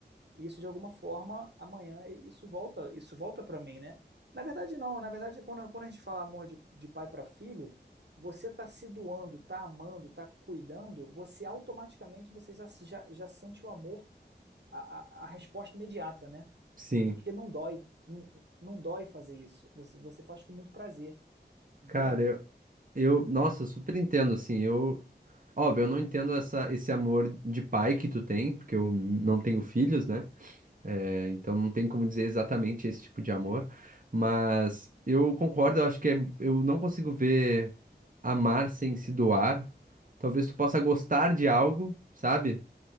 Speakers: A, on the right; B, on the right.
A: isso de alguma forma amanhã isso volta, isso volta para mim, né? Na verdade, não. Na verdade, quando, quando a gente fala amor de, de pai para filho, você está se doando, está amando, está cuidando, você automaticamente você já, já, já sente o amor, a, a, a resposta imediata, né?
B: Sim.
A: porque não dói. Não, não dói fazer isso. Você, você faz com muito prazer, entende?
B: Cara, Eu, nossa, super entendo, assim, eu, óbvio, eu não entendo essa, esse amor de pai que tu tem, porque eu não tenho filhos, né? É, então não tem como dizer exatamente esse tipo de amor, mas eu concordo, eu acho que é, eu não consigo ver amar sem se doar. Talvez tu possa gostar de algo, sabe?